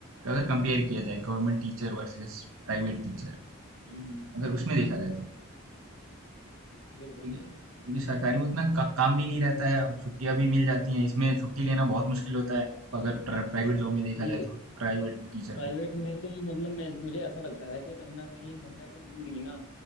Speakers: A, on the right; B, on the left.
A: अगर कंपेयर किया जाए government teacher versus private teacher
B: हम्म हम्म,
A: अगर उसमें देखा जाए तो
B: बिल्कुल
A: ठीक है क्योंकि सरकारी में उतना का, काम भी नहीं रहता है और छुट्टियां भी मिल जाती हैं इसमें छुट्टी लेना बहुत मुश्किल होता है अगर प्राइवेट जॉब में देखा
B: ये
A: जाए तो प्राइवेट टीचर
B: प्राइवेट
A: को
B: में तो मतलब मैं मुझे ऐसा लगता है कि कहीं ना कहीं हमने अपनी जिंदगी ना